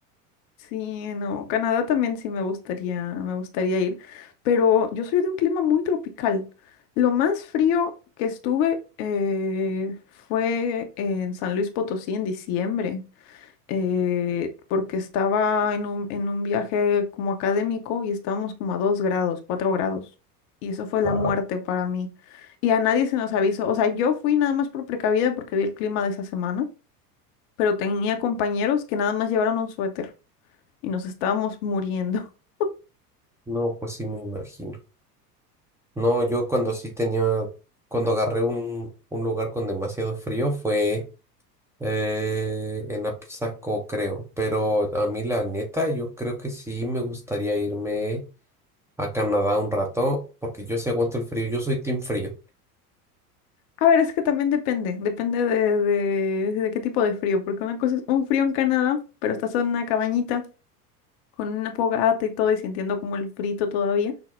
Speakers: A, on the left; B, in the centre.
A: Sí, no, Canadá también sí me gustaría, me gustaría ir, pero yo soy de un clima muy tropical. Lo más frío que estuve eh, fue en San Luis Potosí en diciembre. eh, porque estaba en un, en un viaje como académico y estábamos como a dos grados, cuatro grados. Y eso fue la
B: Wow.
A: muerte para mí. Y a nadie se nos avisó. O sea, yo fui nada más por precavida porque vi el clima de esa semana, pero tenía compañeros que nada más llevaron un suéter y nos estábamos muriendo. <laughs>
B: No, pues sí me imagino. No, yo cuando sí tenía, cuando agarré un, un lugar con demasiado frío fue eh, en Apizaco, creo. Pero a mí la neta, yo creo que sí me gustaría irme a Canadá un rato, porque yo sí aguanto el frío, yo soy team frío.
A: A ver, es que también depende, depende de, de, de qué tipo de frío, porque una cosa es un frío en Canadá, pero estás en una cabañita con una fogata y todo y sintiendo como el frito todavía.